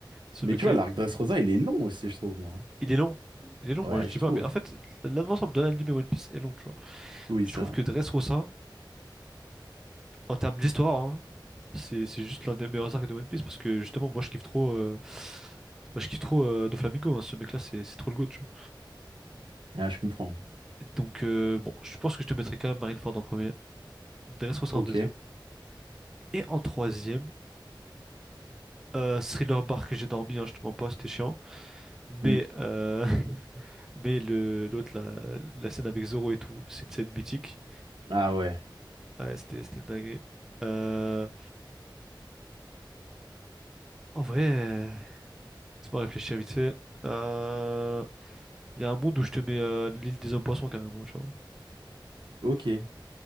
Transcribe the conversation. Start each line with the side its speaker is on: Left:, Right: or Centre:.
Centre: Ce
Right: Mais
Centre: mec-là,
Right: tu vois, l'arc
Centre: il
Right: Dressrosa, il est long aussi, je trouve, moi.
Centre: il est long. Il est long,
Right: hein. Ouais,
Centre: hein, je
Right: je
Centre: dis
Right: trouve.
Centre: pas, mais en fait, la- l'ensemble de l'anime One Piece est long, tu vois.
Right: Oui,
Centre: Mais
Right: c'est
Centre: je trouve
Right: vrai.
Centre: que Dressrosa, en termes d'histoire, hein, c'est c'est juste l'un des meilleurs arcs de One Piece parce que justement, moi je kiffe trop. euh, bah, je kiffe trop euh, Doflamingo, hein, ce mec-là, c'est c'est trop le goût, tu vois.
Right: Ah, je comprends.
Centre: Donc, euh, bon, je pense que je te mettrai quand même Marineford en premier, Dressrosa
Right: Ok.
Centre: en deuxième, et en troisième, euh, Thriller Bark que j'ai dormi, hein, je te mens pas, c'était chiant. Mais
Right: Oui.
Centre: euh, Mais le l'autre, la, la scène avec Zoro et tout, c'est une scène mythique.
Right: Ah ouais.
Centre: Ouais, c'était c'était dingue. Euh... En vrai, c'est pas réfléchir vite fait. Euh... Il y a un monde où je te mets euh, l'île des hommes-poissons carrément, tu vois.
Right: Ok.